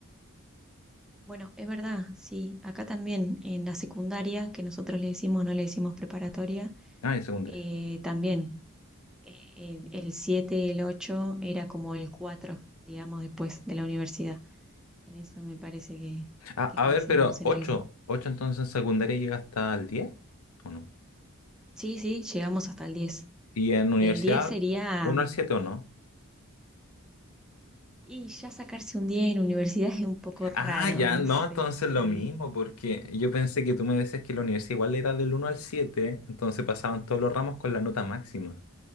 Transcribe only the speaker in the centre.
Bueno, es verdad, sí. Acá también en la secundaria, que nosotros le decimos, no le decimos preparatoria,
eh, también. El, el 7, el 8 era como el 4 digamos, después de la universidad. En eso me parece que,
que
coincidimos
en
algo.
Sí, sí, llegamos hasta el diez
El 10 sería,
y ya sacarse un 10 en universidad es un poco raro,
no
sé.
Eh,